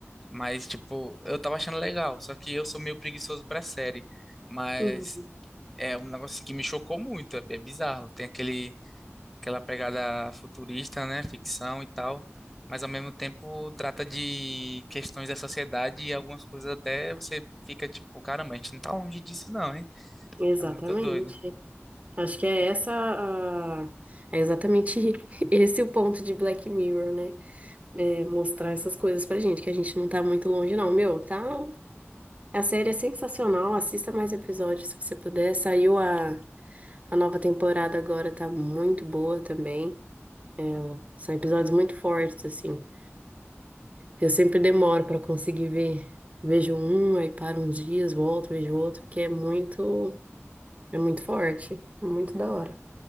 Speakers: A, in the centre; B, on the right (about 30°).
A: mas tipo, eu tava achando legal, só que eu sou meio preguiçoso pra série, mas
B: Uhum.
A: é um negócio assim que me chocou muito, é, é bizarro, tem aquele aquela pegada futurista, né, ficção e tal, mas ao mesmo tempo trata de questões da sociedade e algumas coisas até você fica tipo, caramba, a gente não tá longe disso não, hein?
B: Exatamente.
A: É muito doido.
B: Acho que é essa a... É exatamente <laughs> esse o ponto de Black Mirror, né? é, mostrar essas coisas pra gente, que a gente não tá muito longe, não. Meu, tá. A série é sensacional, assista mais episódios se você puder. Saiu a, a nova temporada agora, tá muito boa também. É, são episódios muito fortes, assim. Eu sempre demoro pra conseguir ver. Vejo um, aí paro uns dias, volto, vejo outro, porque é muito, é muito forte, é muito da hora.